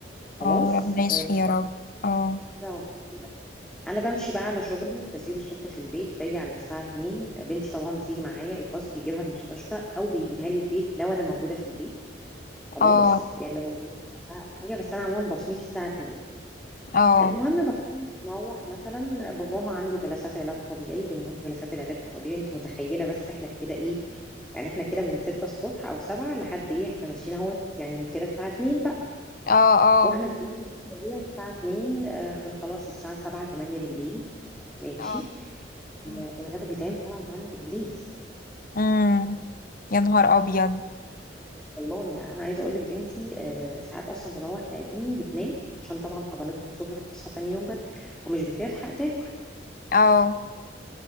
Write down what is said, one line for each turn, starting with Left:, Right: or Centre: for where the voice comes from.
Centre: خلاص
Left: اه ربنا يشفي
Centre: آه،
Left: يا رب اه
Centre: يا رب. انا بمشي بقى على شغلي بسيبه الصبح في البيت باجي على الساعه 2 بنتي طبعا بتيجي معايا الباص بيجيبها المستشفى او بيجيبها لي البيت لو انا موجوده في البيت خلاص
Left: اه
Centre: يعني لو حاجه بس انا عموما بصمتي الساعه 2
Left: اه
Centre: المهم بكون بروح مثلا باباها عنده جلسات علاج طبيعي بنروح جلسات العلاج الطبيعي انت متخيله بس احنا كده ايه يعني احنا كده من ستة الصبح او سبعة لحد ايه احنا ماشيين اهوت يعني كده الساعة اتنين بقى
Left: اه اه
Centre: واحنا طبيعي الساعة اتنين آه بنخلص الساعة سبعة تمانية بالليل ماشي
Left: اه مم.
Centre: آه الغدا بيتعمل سبعة وتمانية بالليل
Left: مم. يا نهار ابيض
Centre: والله يعني انا عايزة اقول لك بنتي آه ساعات اصلا بنروح يا عيني بتنام عشان طبعا حضانتها الصبح بتصحى تاني يوم بدري ومش بتلحق تاكل
Left: اه